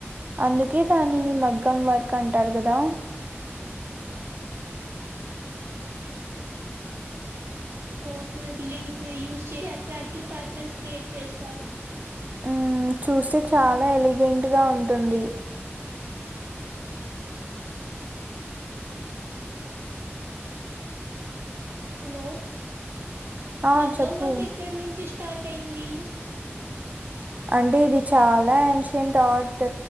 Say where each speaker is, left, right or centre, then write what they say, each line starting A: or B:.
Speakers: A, on the right (about 35°); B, on the right (about 60°).
A: అందుకే దానిని మగ్గం వరకు అంటారు కదా
B: స్టోన్స్ బీయన్స్ యూస్ చేసి అట్రాక్టివ్ ప్యాటర్న్స్ క్రియేట్ చేస్తారు
A: ఉమ్ చూస్తే చాలా ఎలిగెంట్ గా ఉంటుంది
B: హలో
A: ఆ
B: మగ్గం
A: చెప్పు
B: వర్క్ ఎక్కడి నుంచి స్టార్ట్ అయింది
A: అంటే ఇది చాలా ఏన్షెంట్ ఆర్ట్